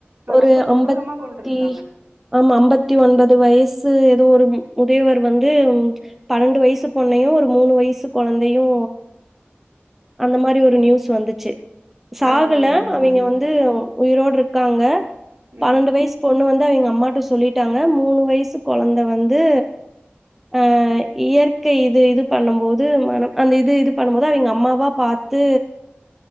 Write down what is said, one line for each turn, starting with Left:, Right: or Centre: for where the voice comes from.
Centre: ஒரு
Right: ரொம்ப
Centre: அம்பத்தி
Right: கொடூரமா கொண்ருக்காங்க
Centre: ஆமா அம்பத்திஒன்பது வயசு ஏதோ ஒரு முதியவர் வந்து பன்னெண்டு வயசு பொண்ணையு, ஒரு மூணு வயசு கொழந்தையு அந்த மாரி ஒரு நியூஸ் வந்துச்சு, சாகல
Right: ஆமா தோழி
Centre: அவிங்க
Right: ஆமா தோழி
Centre: வந்து உயிரோடு இருக்காங்க பன்னெண்டு
Right: ம்
Centre: வயசு பொண்ணு வந்து அவங்க அம்மாட்ட சொல்லிட்டாங்க மூணு வயசு கொழந்த வந்து அ இயற் கை இது இது பண்ணும்போது மனம் அந்த இது இது பண்ணும் போது அவங்க அம்மாவா பாத்து